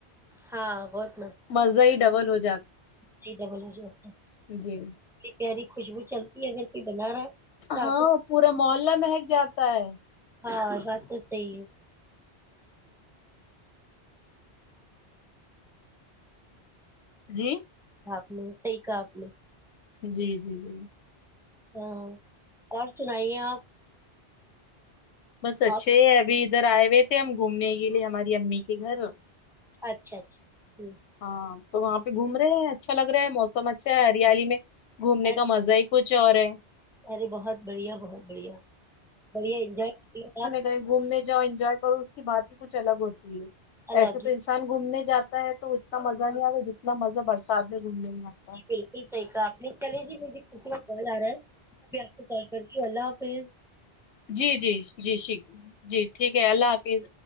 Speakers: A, in the centre; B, on the left.
A: ہاں بہت
B: مزا ہی ڈبل ہو جائے
A: یہ ڈبل ہو جاتتے
B: جی
A: اتنی پیاری خوشبو چلتی ہے اگر کوئی بنا رہا تو
B: ہاں
A: آپ کو
B: پورا محلہ مہک جاتا ہے
A: ہاں بات تو صحیح ہے
B: جی
A: آپ نے صحیح کہا آپ نے
B: جی جی جی
A: ہاں اور سنائیے آپ
B: بس اچھے
A: آپ
B: ابھی ادھر آئے ہوئے تھے ہم گھومنے کے لیے ہماری امی کے گھر
A: اچھا اچھا جی
B: ہاں تو وہاں پہ گھوم رہے ہیں اچھا لگ رہا ہے موسم اچھا ہے ہریالی میں گھومنے
A: ارے
B: کا مزہ ہی کچھ اور ہے
A: ارے بہت بڑھیا بہت بڑھیا بڑھیا انجوائے کر رہے آپ
B: کہ گھومنے جاؤ انجوائے کرو اس کی بات ہی کچھ الگ ہوتی ہے
A: الگ
B: ایسے
A: ہی
B: تو انسان گھومنے جاتا ہے تو اتنا مزہ نہیں آتا جتنا مزہ برسات میں گھومنے نہیں آتا
A: بالکل صحیح کہا آپ نے چلیے جی مجھے کسی میں کال آ رہا ہے میں بھی آپ کو کال کرتی ہوں اللہ حافظ
B: جی جی جی ش جی ٹھیک ہے اللہ حافظ